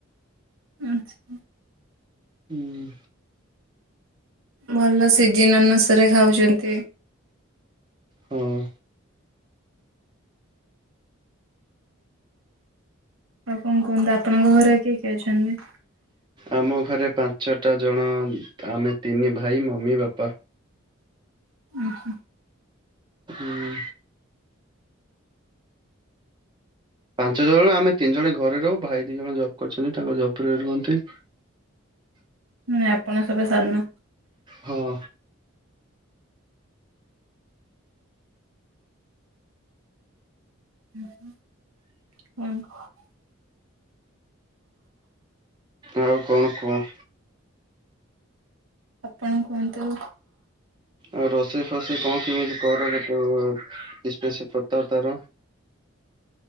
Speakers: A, on the right (about 75°); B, on the right (about 20°).
A: ଆଚ୍ଛା।
B: ହୁଁ।
A: ଭଲ ସିଜନ୍ ଅନୁସାରେ ଖାଉଛନ୍ତି।
B: ହଁ।
A: ଆଉ କଣ କୁହନ୍ତୁ, ଆପଣଙ୍କ ଘରେ କିଏ କିଏ ଅଛନ୍ତି?
B: ଆମ ଘରେ ପାଞ୍ଚଟା ଜଣ, ଆମେ ତିନି ଭାଇ ମମି, ବାପା।
A: ଓହୋ।
B: ହୁଁ,। ପାଞ୍ଚ ଜଣ ଆମେ ତିନି ଜଣ ଘରେ ରହୁ। ଭାଇ ଦି ଜଣ ଜବ୍ କରିଛନ୍ତି ତାଙ୍କ ଜବ୍ ରେ ରୁହନ୍ତି। <inaudible>
A: ନା ଆପଣ ସବା ସାନ?
B: ହଁ।
A: <inaudible> <inaudible>
B: ଆଉ କଣ କୁହ?
A: ଆପଣ କୁହନ୍ତୁ।
B: ଆଉ ରୋଷେଇ ଫଷେଇ କଣ କିମିତି କର, <unintelligible> ଇସ୍ପେଶି ବତାଓ ତାର?